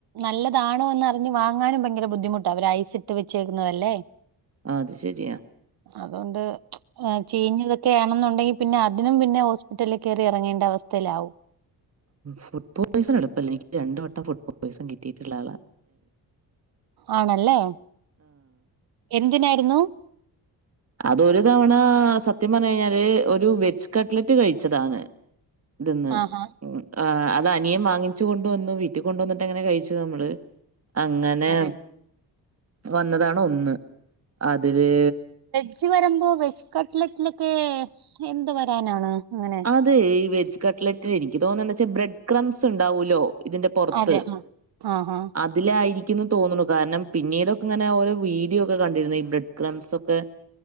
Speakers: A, on the right; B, on the right.
A: നല്ലതാണോന്ന് ആ വാങ്ങാനും ഭയങ്കര ബുദ്ധിമുട്ടാണ് അവര് ഐസ് ഇട്ട് വച്ചേക്കുന്നതല്ലേ
B: ആ, അത് ശരിയാ.
A: അതുകൊണ്ട് ചീഞ്ഞതൊ ക്കെ ആണെന്നുണ്ടെങ്കിൽ പിന്നെ അതിനും പിന്നെ ഹോസ്പിറ്റലിൽ കയറി ഇറങ്ങേണ്ട അവസ്ഥയിലാവും
B: ഫുഡ് പോയിസൺ എടുപ്പല്ല എനിക്ക് രണ്ട് വട്ടം ഫുഡ് പോയിസൺ കിട്ടിയിട്ടുള്ള ആളാണ്
A: ആണല്ലേ എന്തിനായിരുന്നു
B: അതൊരു തവണ സത്യം പറഞ്ഞ്കഴിഞ്ഞാല് ഒരു വെജ് കട്ലറ്റ് കഴിച്ചതാണ് ഇതന്ന്
A: ആഹാ.
B: ആ അത് അനിയൻ വാങ്ങിച്ചു കൊണ്ടുവന്നു വീട്ടിൽ കൊണ്ടുവന്നിട്ട് അങ്ങനെ കഴിച്ചു നമ്മള് അങ്ങനെ
A: അതെ.
B: വന്നതാണ് ഒന്ന് അതില്
A: വെജ് വരുമ്പോ വെജ് കട്ലറ്റിലൊക്കെ എന്ത് വരാനാണ് അങ്ങനെ?
B: അതെ ഈ വെജ് കട്ലെറ്റിൽ എനിക്ക് തോന്നുന്നെ എന്നുവെച്ചാൽ ബ്രെഡ് ക്രംസ് ഉണ്ടാവൂലോ ഇതിന്റെ പുറത്ത്
A: അതെ. ആഹ്. ആഹാ.
B: അതിലായിരി ക്കുന്നു തോന്നുന്നു കാരണം പിന്നീടൊക്കെങ്ങിനെ ഓരോ വീഡിയോ ഒക്കെ കണ്ടിരുന്നു ഈ ബ്രെഡ് ക്രംസ് ഒക്കെ